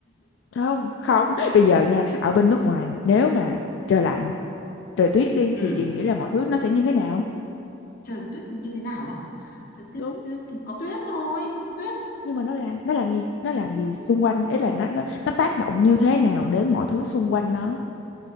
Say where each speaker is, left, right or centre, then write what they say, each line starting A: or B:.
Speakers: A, on the left; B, on the left.
A: không, không. Bây giờ nha, ở bên nước ngoài nếu mà trời lạnh, trời tuyết đi
B: ừ
A: thì chị nghĩ là mọi thứ nó sẽ như thế nào?
B: trời tuyết thì như thế nào á trời tuyết
A: đúng
B: tuyết thì có tuyết thôi có tuyết
A: nhưng mà nó làm nó làm gì nó làm gì xung quanh ấy là nó nó nó tác động như thế nào đến mọi thứ xung quanh nó